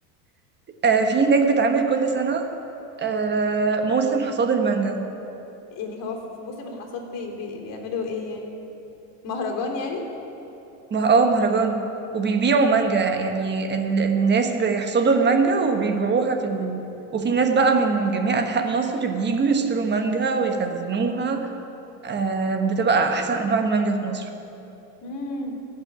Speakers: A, on the right; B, on the left.
A: آه، في هناك بتعمل كل سنه آه، موسم حصاد المانجا
B: <laughs> يعني هو في موسم الحصاد بي بي بيعملوا ايه يعني مهرجان يعني
A: ما اه مهرجان وبيبيعوا مانجا يعني ال... الناس بيحصدوا المانجا وبيبيعوها في ال... وفي ناس بقى من جميع أنحاء مصر بييجوا يشتروا مانجا ويخزنوها آه بتبقى أحسن أنواع المانجا في مصر
B: امم